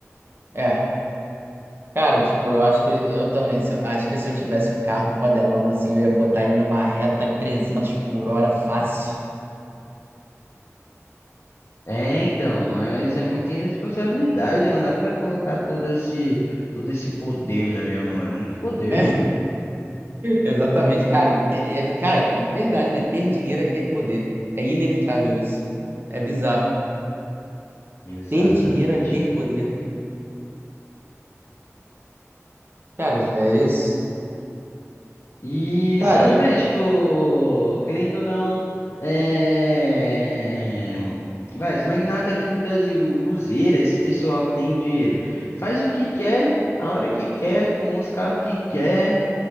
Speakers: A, on the right; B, on the left.
A: É. Cara, tipo, eu acho que eu também, se eu- acho que se eu tivesse um carro fodelão assim, eu ia botar ele numa reta 300 por hora fácil.
B: É, então, mas é muita irresponsabilidade, não dá para colocar todo esse todo esse poder na minha mão, é muito poder.
A: <laughs> Exatamente, cara, te- é, cara, verdade, né? Ter dinheiro é ter poder. É inevitável isso. É bizarro.
B: Exatamente.
A: Ter dinheiro é ter poder. Cara, é isso.
B: E
A: Cara,
B: você não vê, tipo, querendo ou não, é... vai, os magnatas aqui do Brasil, Buzeira, esse pessoal que tem dinheiro, faz o que quer, a hora que quer, com os carros que quer